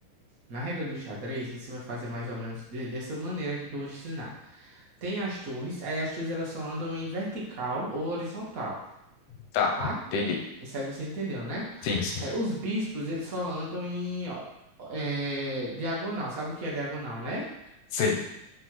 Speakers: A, on the right; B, on the left.
A: Na regra do xadrez, você vai fazer mais ou menos de- dessa maneira aqui que eu vou te ensinar. Tem as torres, aí as torres elas só andam em vertical ou horizontal,
B: Tá,
A: tá?
B: entendi.
A: Isso aí você entendeu, né?
B: Sim, sim.
A: É, os bispos, eles só andam em ó, é, diagonal. Sabe o que é diagonal, né?
B: Sei.